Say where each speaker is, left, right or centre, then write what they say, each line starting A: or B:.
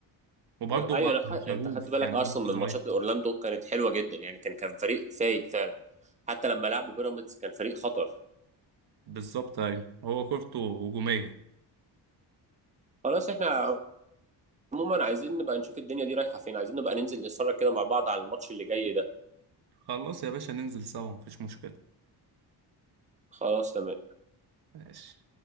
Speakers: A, on the right (about 65°); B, on the right (about 15°).
A: وبرضه
B: ب... ايوه
A: مع
B: انا خ... انت
A: شغوف
B: خدت بالك
A: يعني
B: اصلا
A: هو لسه
B: من
A: صغير
B: ماتشات اورلاندو كانت حلوه جدا يعني كان كان فريق فايق فعلا حتى لما لعبوا بيراميدز كان فريق خطر
A: بالظبط ايوه هو كورته هجوميه
B: خلاص احنا عموما عايزين نبقى نشوف الدنيا دي رايحه فين عايزين نبقى ننزل نتفرج كده مع بعض على الماتش اللي جاي ده
A: خلاص يا باشا ننزل سوا مفيش مشكله
B: خلاص تمام
A: ماشي